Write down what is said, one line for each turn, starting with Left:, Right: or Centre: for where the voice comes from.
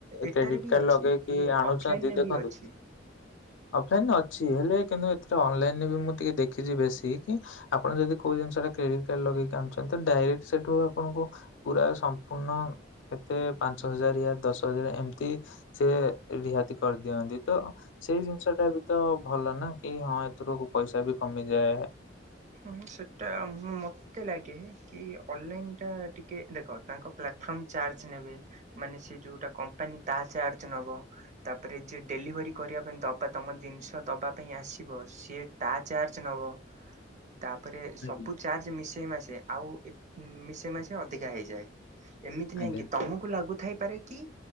Right: ଏଟାରେ
Left: କ୍ରେଡିଟ
Right: ବି
Left: କାର୍ଡ
Right: ଅଛି
Left: ଲଗେଇକି
Right: ଇଏ
Left: ଆଣୁଛନ୍ତି
Right: ଅଫଲାଇନରେ
Left: ଦେଖନ୍ତୁ
Right: ବି ଅଛି।
Left: ଅଫଲାଇନରେ ଅଛି ହେଲେ କିନ୍ତୁ ଏଥିରେ ଅନଲାଇନ ରେ ବି ମୁଁ ଟିକେ ଦେଖିଛି, ବେଶୀ କି ଆପଣ ଯଦି କୋଉ ଜିନିଷ ଟା କ୍ରେଡିଟ୍ କାର୍ଡ ଲଗେଇକି ଡାଇକ୍ଟ ସେଠୁ ଆପଣଙ୍କୁ ପୁରା ସମ୍ପୂର୍ଣ କେତେ ପାଞ୍ଚ ହଜାରୟ ଦ ଔଷରେ ଏମତି ସେ ରିହାତି କରିଦିଅନ୍ତି, ତ ସେଇ ଜିନିଷ ଟା ବି ତ ଭଲ ନା କି ହଁ ଏଥିରୁ ପଇସା ବି କମିଯାଏ।
Right: ହୁଁ ସେଟା ମତେ ଲାଗେ କି ଅନଲାଇନ ସେଟା ଟିକେ ଦେଖ ତାଙ୍କ ପ୍ଲାଟଫର୍ମ ଚାର୍ଜ ନେବେ ମାନେ ସେ ଯୋଉଟା କମ୍ପାନୀ ତାହା ଚାର୍ଜ ନବ ତାପରେ ଯିଏ। ଡେଲିଭରି କରିବା ପାଇଁ ଦବା ତମ ଜିନିଷ ଦେବା ପାଇଁ ଆସିବ ସିଏ ତା ଚାର୍ଜ ନେବ ତାପରେ ସବୁ
Left: ଆଜ୍ଞା
Right: ଚାର୍ଜ ମିଶେଇ ମାସେ ଆଉ ମିଶେଇ ମାସେ ଅଧିକା ହେଇଯାଏ। ଏମିତି ନାହିଁ
Left: ଆଜ୍ଞା
Right: କି ତମକୁ ଲାଗୁଥପାରେ କି?